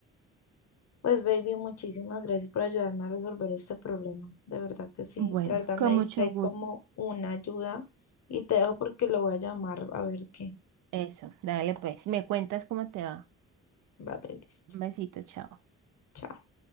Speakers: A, on the left; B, on the right.
A: Pues, baby, muchísimas gracias por ayudarme a resolver este problema. De verdad que sí,
B: Bueno,
A: de verdad
B: con
A: me diste
B: mucho
A: ahí
B: gusto.
A: como una ayuda y te dejo porque lo voy a llamar a ver qué.
B: Eso, dale pues. Me cuentas cómo te va.
A: Vale, listo.
B: Un besito, chao.
A: Chao.